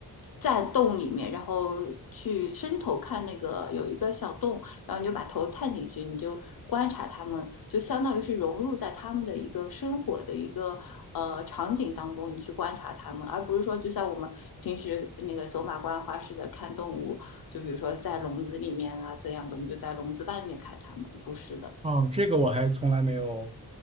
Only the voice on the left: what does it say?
在洞里面，然后去伸头看那个有一个小洞，然后你就把头探进去，你就观察它们，就相当于是融入在它们的一个生活的一个呃场景当中，你去观察它们，而不是说就像我们平时那个走马观花似的看动物。就比如说在笼子里面啊这样子，我们就在笼子外面看它们，不是的，